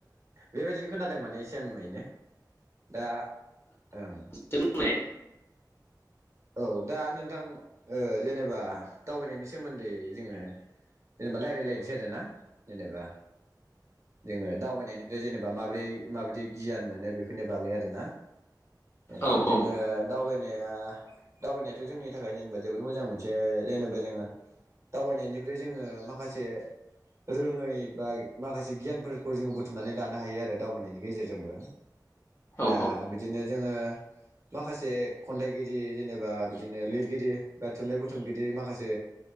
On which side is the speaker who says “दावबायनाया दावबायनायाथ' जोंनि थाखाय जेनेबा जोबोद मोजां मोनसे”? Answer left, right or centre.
Right